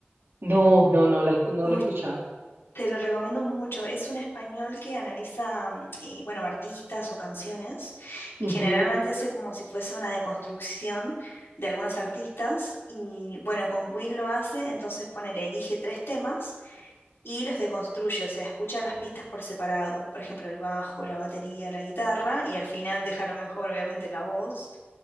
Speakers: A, on the right; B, on the left.
A: No, no, no, la, escu-
B: Uy,
A: no lo he escuchado.
B: te lo recomiendo mucho. Es un español que analiza, mm, eh, bueno, artistas o canciones y
A: Ujú.
B: generalmente hace como si fuese una deconstrucción de algunos artistas. Y bueno, con Queen lo hace, entonces ponele, elige tres temas y los deconstruye, o sea, escucha las pistas por separado, por ejemplo, el bajo, la batería, la guitarra, y al final deja lo mejor, obviamente, la voz,